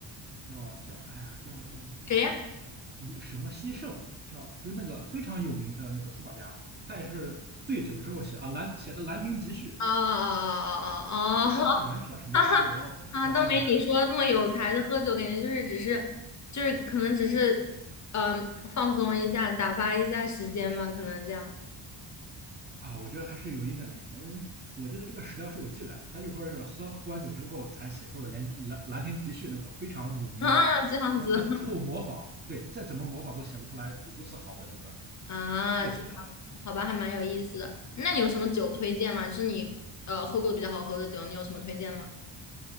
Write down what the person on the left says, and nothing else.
谁呀？
啊啊啊啊啊！
<laughs> 哈哈啊，
都没你说的那么有才。的。喝酒，感觉就是只是就是可能只是嗯、呃放松一下，打发一下时间吧，可能这样
啊这样子。
啊，
这样好吧，还蛮有意思的。那你有什么酒推荐吗？就是你呃喝过的比较好喝的酒，你有什么推荐吗？